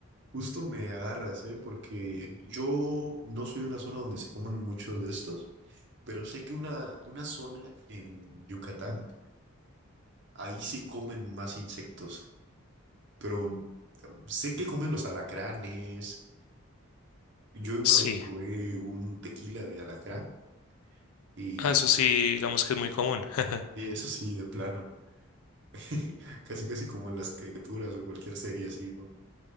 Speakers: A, on the right (about 55°); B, on the left (about 90°).
A: justo me agarras, ¿eh? Porque yo no soy de una zona donde se coman muchos de estos, pero sé que una, una zona en Yucatán, ahí sí comen más insectos, pero... Sé que comen los alacranes, Yo una
B: Sí,
A: vez probé un tequila de alacrán y,
B: ah, eso sí, digamos que es muy común. <laughs>
A: y eso sí, de plano. <laughs> Casi, casi como en las caricaturas o cualquier serie así, ¿no?